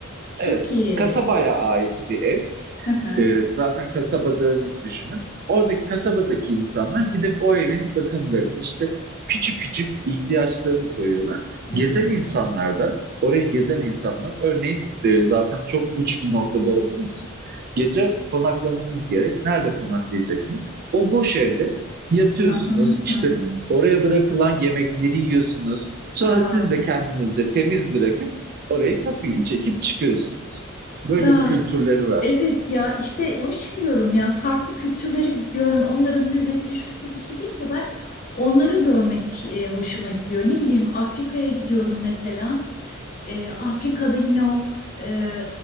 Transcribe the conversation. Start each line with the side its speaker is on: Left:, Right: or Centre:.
Left: çok
Right: Evet,
Left: iyi.
Right: kasabaya ait bir ev.
Left: Hı hı.
Right: E, zaten kasaba dağınık düşünün. Oradaki kasabadaki insanlar gidip o evin bakımlarını işte küçük küçük ihtiyaçlarını koyuyorlar.
Left: Hı
Right: Gezen
Left: hı.
Right: insanlar da oraya gezen insanlar örneğin e, zaten çok uç bir noktada olduğumuz için gece konaklamanız gerek. Nerede konaklayacaksınız? O boş evde yatıyorsunuz
Left: Hı hı.
Right: işte
Left: Hı hı.
Right: oraya bırakılan yemekleri yiyorsunuz. Sonra
Left: Wow.
Right: siz de kendinizce temiz bırakıp orayı kapıyı çekip çıkıyorsunuz. Böyle
Left: Ya
Right: bir kültürleri var.
Left: Evet ya işte onun için diyorum ya farklı kültürleri gör, onların müzesi şusu busu değil de ben onları görmek e, hoşuma gidiyor. Ne bileyim Afrika'ya gidiyorum mesela. E, Afrika'da yine o e,